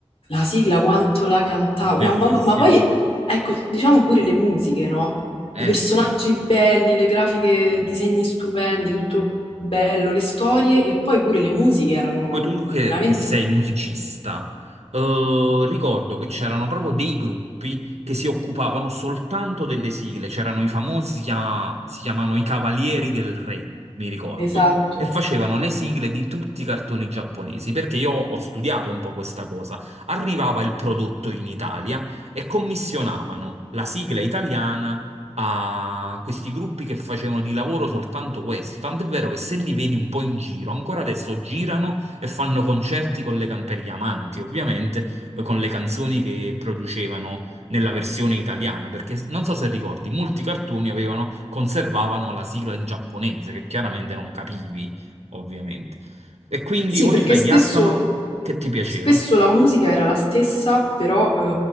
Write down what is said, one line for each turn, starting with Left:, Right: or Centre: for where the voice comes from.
Left: La sigla quanto la cantavo,
Right: Bellissimo.
Left: Cioè, ma, ma- ma poi ecco, diciamo pure le musiche, no?
Right: Eh
Left: I personaggi
Right: sì.
Left: belli, le grafiche, disegni stupendi, tutto bello, le storie e poi pure le musiche erano
Right: Poi tu che,
Left: veramente...
Right: che sei musicista, eh, ricordo che c'erano proprio dei gruppi che si occupavano soltanto delle sigle, c'erano i famosi, si chiama- si chiamano i Cavalieri del Re, mi ricordo,
Left: Esatto.
Right: e facevano le sigle di tutti i cartoni giapponesi, perché io ho studiato un po' questa cosa. Arrivava il prodotto in Italia e commissionavano la sigla italiana a questi gruppi che facevano di lavoro soltanto questo. Tant'è vero che se li vedi un po' in giro, ancora adesso girano e fanno concerti con le can- per gli amanti, ovviamente, eh, con le canzoni che producevano nella versione italiana, perché non so se ricordi, molti cartoni avevano, conservavano la sigla in giapponese, che chiaramente non capivi, ovviamente. E quindi,
Left: Sì,
Right: oltre
Left: perché spesso,
Right: agli Ataman, che ti piaceva?
Left: spesso la musica era la stessa, però